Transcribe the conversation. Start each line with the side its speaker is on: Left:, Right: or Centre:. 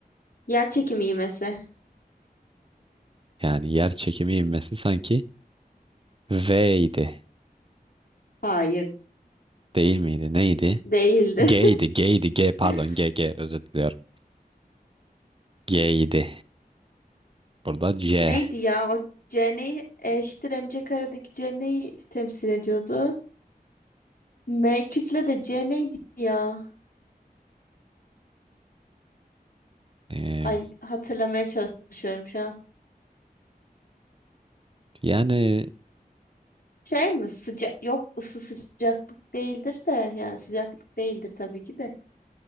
Left: yer çekimi ivmesi.
Right: Yani yer çekimi ivmesi sanki V'ydi.
Left: Hayır,
Right: Değil miydi? Neydi?
Left: değildi.
Right: G'ydi. G'ydi. G pardon.
Left: <laughs>
Right: G G özür diliyorum. G'ydi. Burada C.
Left: Neydi ya? O C neyi eşittir MC karedeki C neyi temsil ediyordu? M kütle de C neydi ya?
Right: Ee,
Left: Ay hatırlamaya çalışıyorum şu an.
Right: yani
Left: Şey mi? Sıcak yok ısı sıcaklık değildir de yani sıcaklık değildir tabii ki de.